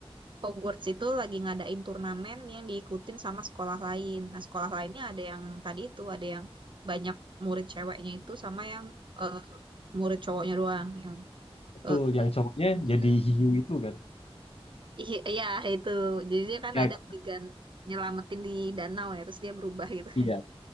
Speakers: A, on the right; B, on the left.
A: Hogwarts itu lagi ngadain turnamen yang diikutin sama sekolah lain. Nah, sekolah lainnya ada yang tadi itu, ada yang banyak murid ceweknya itu sama yang eh, murid cowoknya doang. Yang
B: betul
A: eh,
B: yang cowoknya
A: <laughs>
B: jadi hiu itu kan
A: iya iya, itu. Jadi dia kan
B: ya
A: ada adegan nyelamatin di danau ya, terus dia berubah gitu kan.
B: iya